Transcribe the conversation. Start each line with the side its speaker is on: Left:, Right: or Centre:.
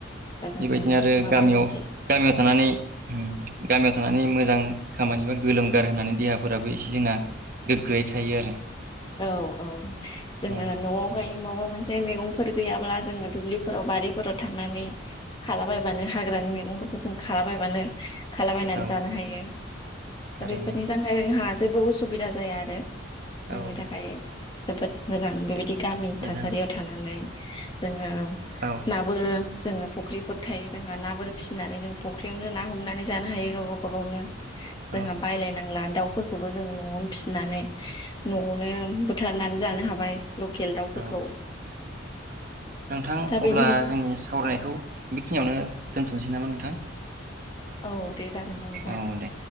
Left: दा जोङो
Right: बेबायदिनो आरो
Left: माबा
Right: गामियाव
Left: मोनसे
Right: गामियाव थानानै उम गामियाव थानानै मोजां खामानि बा गोलोमगार होनानै देहाफोराबो एसे जोंना गोग्गोयै थायो आरो
Left: औ औ जोङो
Right: औ
Left: नआवहाय माबा मोन जे मैगंफोर गैयाब्ला जोङो दुब्लिफोराव बारिफोराव थांनानै खालाबायबानो हाग्रानि मैगंफोरखौ जों खालाबायबानो खालाबायनानै
Right: औ
Left: जानो हायो
Right: थारैनो
Left: दा बेफोरनि <unintelligible> जोंहा जेबो उसुबिदा जाया आरो जोंनि
Right: औ
Left: थाखाय जोबोद मोजां बेबायदि गामि
Right: मोजां
Left: थासारियाव थानानै जों औ
Right: औ
Left: नाबो जोङो फुख्रिफोर थायो जोंहा नाफोर फिसिनानै जों फुख्रियावनो ना हमनानै जानो हायो गावबा गावनो
Right: औ
Left: जोंहा बायलायनांला दाउफोरखौबो जोङो नआवनो फिसिनानै नआवनो बुथारनानै जानो हाबाय लकेल दाउफोरखौ
Right: औ
Left: <inaudible>
Right: नोंथां
Left: दा बेनि
Right: अब्ला जोंनि सावरायनायखौ बेखिनियावनो दोनथनोसै नामा नोंथां?
Left: औ दे जागोन दे नोंथां
Right: औ दे